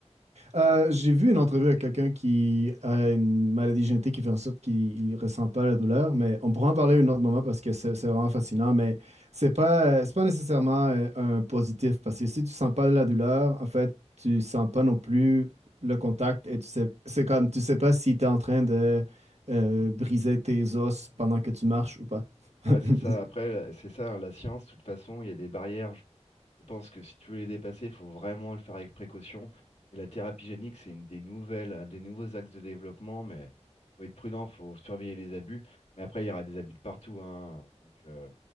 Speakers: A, on the right; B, on the left.
A: Euh, j'ai vu une entrevue avec quelqu'un qui a une maladie génétique qui fait en sorte qu'il ne ressent pas la douleur, mais on pourra en parler un autre moment parce que c'est c'est vraiment fascinant, mais c'est pas, euh, c'est pas nécessairement euh, un positif parce que si tu sens pas la douleur, en fait, tu sens pas non plus le contact et tu sais, c'est comme, tu sais pas si tu es en train de euh, briser tes os pendant que tu marches ou pas. <laughs>
B: Ouais, c'est ça. Après, c'est ça, hein, la science, de toute façon, il y a des barrières. Je je pense que si tu veux les dépasser, il faut vraiment le faire avec précaution. Et la thérapie génique, c'est une des nouvelles, un des nouveaux axes de développement, mais faut être prudent, faut surveiller les abus. Mais après, il y aura des abus de partout, hein. Donc, euh,